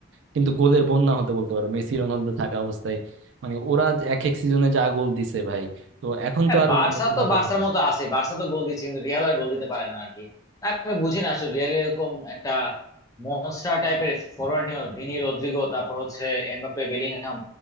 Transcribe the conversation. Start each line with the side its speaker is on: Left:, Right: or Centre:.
Right: কিন্তু গোলের বন্যা হতে বলতে পারো মেসি রোনালদো থাকা অবস্থায় মানে ওরা যে এক এক সিজনে যা গোল দিছে ভাই তো এখন
Left: হ্যাঁ
Right: তো আর
Left: বার্সা
Right: মানে ওভাবে
Left: তো বার্সার
Right: হয় না।
Left: মতো আছে বার্সা তো গোল দিচ্ছে কিন্তু রিয়াল আর গোল দিতে পারে না আর কি তা আমি বুঝি না আসলে রিয়াল এরকম একটা মনস্টার টাইপের ফরোয়ার্ড নিয়ে ভিনি রদ্রিগো তারপর হচ্ছে এমবাপ্পে বেলিংহাম